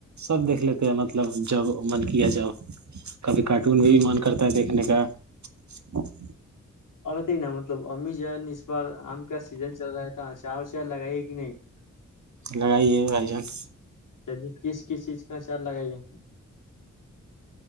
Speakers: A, on the right (about 65°); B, on the left (about 85°).
A: سب دیکھ لیتے ہیں مطلب جب <unintelligible> من کیا جاؤ کبھی
B: چلیے
A: کارٹون
B: اچھی
A: بھی
B: بات
A: من کرتا ہے دیکھنے کا ہاں <inaudible>
B: پتے ہی نا مطلب امی جان اس بار آم کا سیزن چل رہا تھا چار و چار لگائیے کہ نہیں <inaudible>
A: لڑائی ہے بھائی جان <inaudible>
B: چلیے کس کس چیز کا اچار لگائیے